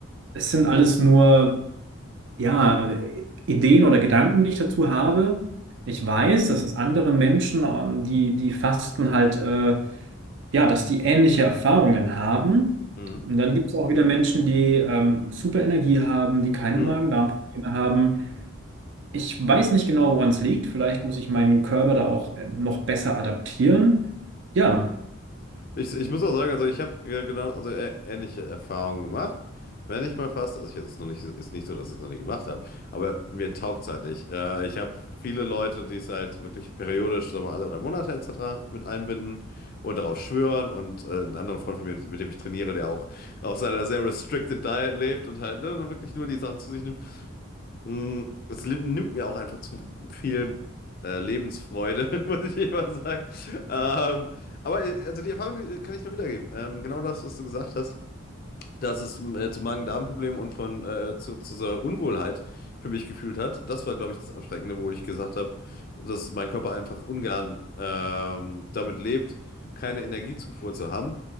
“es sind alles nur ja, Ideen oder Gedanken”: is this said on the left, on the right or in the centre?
Right